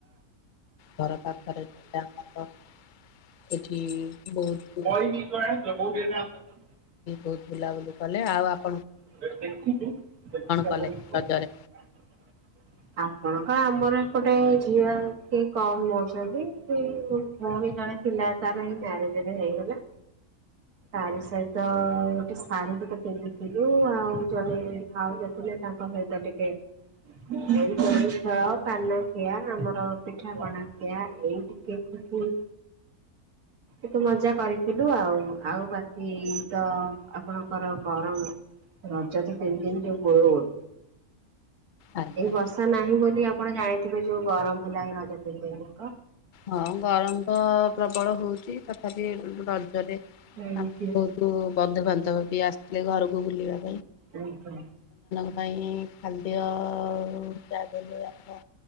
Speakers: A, on the left; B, on the right.
A: ଘର ପାଖରେ ତା ର ଏଇଠି। କି ବହୁତୁ
B: <inaudible>
A: ବହୁତ ବୁଲାବୁଲି କଲେ ଆଉ ଆପ୍
B: <inaudible> ଆପଣଙ୍କ
A: କଲେ ରଜରେ?
B: ଆମର ଗୋଟେ ଝିଅ ଟିକେ କମ୍ ଅଛନ୍ତି-ଇ-ଇ-ଇ ପୁଣି ଜଣେ ପିଲା ତାର ମ୍ୟାରେଜ ଏବେ ହେଇଗଲା। ତାରି ସହିତ ଗୋଟେ ଶାଢୀ ଟିକ ପିନ୍ଧିିକି ଉ ଆଉ ଜଣେ ଭାଉଜ ଥିଲେ ତାଙ୍କ ସହିତ ଟିକେ ଏଇ ଗୁଲି ଖେଳ, ପାନ ଖିଆ, ଆମର ପିଠାପଣା ଖିଆ, ଏଇ ଟିକେ ଖୁ ହୁଁ, ଏତେ ମଜା କରିଥିଲୁ ଆଉ। ଆଉ ବାକି ତ ଆପଣଙ୍କର ଗରମ ରଜ ତ ତିନ ଦିନ ଯଉ ଗୁଳୁଗୁଳ
A: ଆଜ୍ଞା
B: ଏଇ ବର୍ଷା ନାହିଁ ବୋଲି, ଆପଣ ଜାଣିଥିବେ ଯୋଉ ଗରମ ହେଲା ଏଇ ରଜ ତିନି ଦିନ ଯାକ
A: ହଁ ଗରମ ତ ପ୍ରବଳ ହଉଚି। ତଥାପି ରଜରେ ଆମ
B: ଆଜ୍ଞା।
A: ବହୁତ ବନ୍ଧୁବାନ୍ଧବ ବି ଆସଥିଲେ ଘରକୁ ବୁଲିବାକୁ
B: ଅ ହଁ,
A: ତାଙ୍କ ପାଇଁ ଖାଦ୍ୟ-ଅ-ଅ ତିନ ଚାର ଦିନ ଆମ